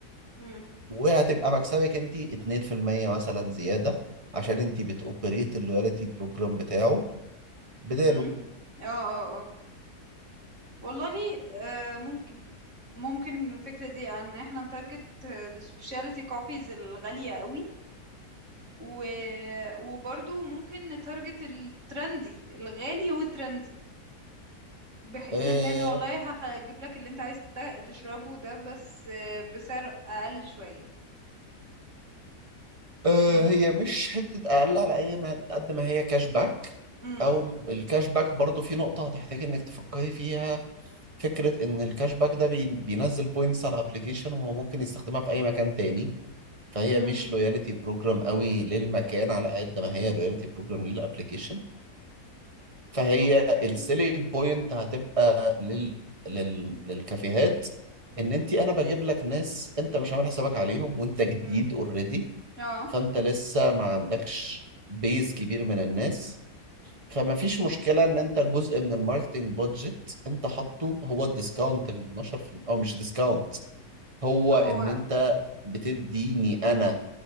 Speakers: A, on the right; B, on the right.
A: مم.
B: وهتبقى مكسبك انت 2% مثلا زيادة عشان انت بتوبريت اللويالتي بروجرام بتاعه بداله
A: مم. اه اه اه والله آه ممكن ممكن الفكرة دي ان احنا نتارجت السبيشاليتي كوفيز الغالية قوي و... وبرضو ممكن نتارجت الترندي الغالي والترندي بحيث
B: آه،
A: ان انا والله هخ- هجيب لك اللي انت عايز تا- تشربه ده بس آه، بسعر اقل شوية
B: أه
A: يعني
B: هي مش حتة أقل على أي ما قد ما هي كاش باك
A: امم
B: أو الكاش باك برضو في نقطة هتحتاج إنك تفكري فيها فكرة إن الكاش باك ده بي- بينزل بوينتس على الأبليكيشن وهو ممكن يستخدمها في أي مكان تاني فهي
A: امم
B: مش لويالتي بروجرام قوي للمكان على قد ما هي لويالتي بروجرام للأبليكيشن فهي
A: اوكي
B: السيلينج بوينت هتبقى لل... لل... للكافيهات إن أنت أنا بجيب لك ناس أنت مش عامل حسابك عليهم وأنت جديد
A: امم
B: already
A: اه
B: فانت لسه ما عندكش بيز كبير من الناس فما فيش مشكلة ان انت جزء من الماركتنج بادجت انت حاطه هو الديسكاونت ال 12% او مش ديسكاونت هو
A: هو
B: ان انت بتديني انا